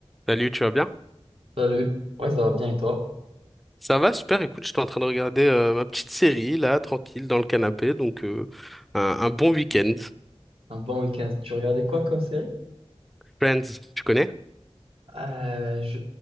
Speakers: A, in the centre; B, on the right.
A: Salut, tu vas bien?
B: Salut, ouais, ça va bien et toi?
A: Ça va, super. Écoute, j'étais en train de regarder euh, ma petite série, là, tranquille, dans le canapé. Donc, euh, un, un bon week-end.
B: Un bon week-end. Tu regardais quoi comme série?
A: Friends, tu connais?
B: Euh, je,